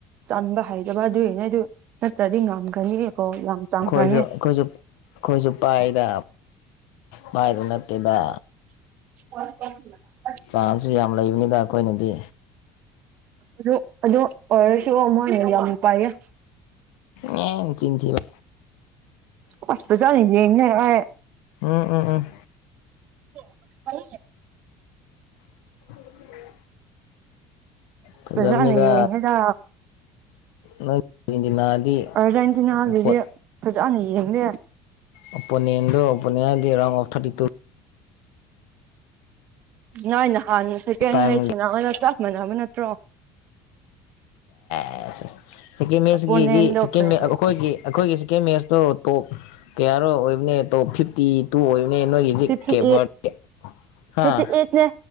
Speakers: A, on the right; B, on the left.
A: ꯆꯟꯕ ꯍꯩꯇꯕ ꯗꯨꯏ ꯅꯦ ꯑꯗꯨ ꯅꯠꯇ꯭ꯔꯗꯤ ꯉꯝꯈ꯭ꯔꯅꯤ ꯒꯣꯜ ꯌꯥꯝ ꯆꯟꯈ꯭ꯔꯅꯤ
B: ꯑꯩꯈꯣꯏꯁꯨ ꯑꯩꯈꯣꯏꯁꯨ ꯑꯩꯈꯣꯏꯁꯨ ꯄꯥꯏꯗ ꯄꯥꯏꯕ ꯅꯠꯇꯦꯗ
A: <unintelligible>
B: ꯆꯥꯟꯁꯁꯨ ꯌꯥꯝ ꯂꯩꯕꯅꯤꯅ ꯑꯩꯈꯣꯏꯅꯗꯤ
A: ꯑꯗꯨ ꯑꯗꯨ ꯑꯣꯏꯔꯁꯨ ꯃꯣꯏꯅ ꯌꯥꯝ ꯄꯥꯏꯌꯦ
B: ꯑꯦ ꯆꯤꯟ ꯊꯤꯕ
A: <unintelligible>
B: ꯎꯝ ꯎꯝ ꯎꯝ
A: <unintelligible>
B: <inaudible> ꯐꯖꯕꯅꯤꯗ
A: ꯐꯖꯅ ꯌꯦꯡꯉꯦꯗ
B: ꯅꯪ ꯗꯤ ꯏꯤꯟꯗꯤꯅꯥꯗꯤ
A: ꯑꯥꯔꯖꯦꯟꯇꯤꯅꯥꯒꯤꯗꯤ
B: ꯄꯣꯠ
A: ꯐꯖꯅ ꯌꯦꯡꯗꯦ
B: ꯑꯣꯄꯣꯅꯦꯟꯗꯣ ꯑꯣꯄꯣꯅꯦꯟ ꯍꯥꯏꯗꯤ ꯔꯥꯎꯟ ꯑꯣꯐ ꯊꯥꯔꯇꯤ ꯇꯨ
A: ꯅꯣꯏ ꯅꯍꯥꯟꯅ ꯁꯦꯀꯦꯟ
B: ꯇꯥꯏꯝꯒꯤ
A: ꯃꯦꯆ꯭ꯁ ꯑꯣꯏꯅ ꯆꯞ ꯃꯅꯕ ꯅꯠꯇ꯭ꯔꯣ
B: ꯑꯁ ꯁꯦꯀꯦꯟ ꯃꯦꯆ꯭ꯁ
A: ꯑꯣꯄꯣꯅꯦꯟꯗꯣ
B: ꯀꯤꯗꯤ ꯁꯦꯀꯦꯟ
A: ꯀꯔꯤ
B: ꯃꯦ ꯑꯩꯈꯣꯏꯒꯤ ꯑꯩꯈꯣꯏꯒꯤ ꯁꯦꯀꯦꯟ ꯃꯦꯆ꯭ꯁꯇꯣ ꯇꯣꯞ ꯀꯌꯥꯔꯣ ꯑꯣꯏꯕꯅꯦ ꯇꯣꯞ ꯐꯤꯞꯇꯤ ꯇꯨ ꯑꯣꯏꯕꯅꯦ ꯅꯣꯏꯒꯤꯗ
A: ꯐꯤꯐꯇꯤ
B: ꯀꯦꯕ꯭ꯔꯇꯦ
A: ꯑꯩꯠ
B: ꯍꯥꯥ
A: ꯐꯤꯐꯇꯤ ꯑꯩꯠꯅꯦ